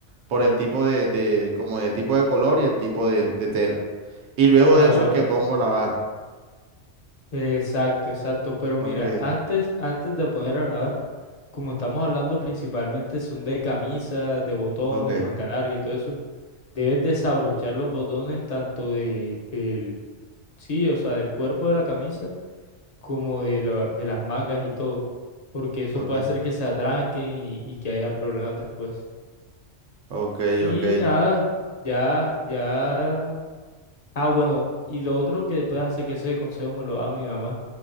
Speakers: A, on the right; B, on the left.
A: por el tipo de, de- como de tipo de color y el tipo de, de tela. Y luego
B: Aro,
A: de eso
B: aro.
A: es que pongo a lavar.
B: Exacto, exacto. Pero
A: Ok,
B: mira, antes, antes de poner a lavar, como estamos hablando principalmente son de camisas, de botones,
A: ok,
B: manga larga y todo eso, debes desabrochar los botones tanto de, del, sí, o sea, del cuerpo de la camisa como de, la- de las mangas y todo, porque eso
A: ok,
B: puede hacer que se atranquen y, y que haya problemas después.
A: ok,
B: Y
A: ok,
B: nada, ya, ya Ah, bueno, y lo otro que puedes hacer, que ese consejo me lo da mi mamá,